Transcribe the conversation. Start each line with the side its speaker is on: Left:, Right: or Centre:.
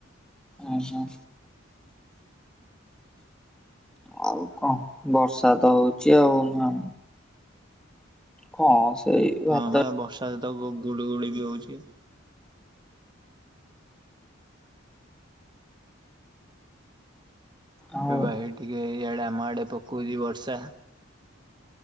Centre: ଓ ହୋ। ଆଉ କଣ, ବର୍ଷା ତ ହଉଚ ଆଉ ନା। କଁ ସେଇ ଭାତ
Right: ହଁ ବା ବର୍ଷା ସହିତ ଗୁଳି ଗୁଳି ବି ହଉଛି।
Centre: ଆଉ
Right: ଏଇବା ହେଇ ଟିକେ ଇଆଡେ ଆମ ଆଡେ ପକଉଛି ବର୍ଷା।